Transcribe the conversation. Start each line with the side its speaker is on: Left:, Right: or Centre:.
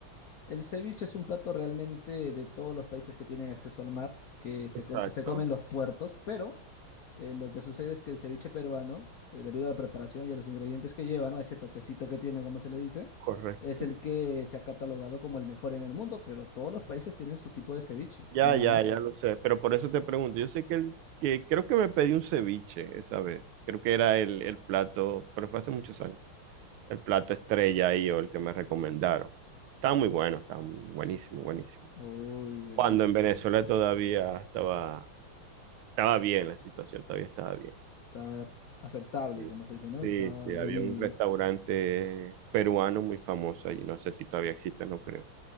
Left: el ceviche es un plato realmente de todos los países que tienen acceso al mar, que se,
Right: Exacto,
Left: com- se comen los puertos, pero eh, lo que sucede es que el ceviche peruano, eh, debido a la preparación y a los ingredientes que lleva, ¿no? Ese toquecito que tiene, como se le dice,
Right: correcto.
Left: es el que se ha catalogado como el mejor en el mundo, pero todos los países tienen su tipo de ceviche,
Right: Ya,
Left: nada
Right: ya,
Left: más.
Right: ya lo sé, pero por eso te pregunto, yo sé que, el, que creo que me pedí un ceviche esa vez, creo que era el, el plato, pero fue hace muchos años, el plato estrella ahí o el que me recomendaron. Estaba muy bueno, estaba muy- buenísimo, buenísimo.
Left: Uy, uy,
Right: Cuando
Left: uy.
Right: en Venezuela todavía estaba, estaba bien la situación, todavía estaba bien.
Left: Está aceptable,
Right: Sí,
Left: como se dice, ¿no?
Right: sí,
Left: Está
Right: sí,
Left: vivible.
Right: había un restaurante peruano muy famoso allí, no sé si todavía existe, no creo,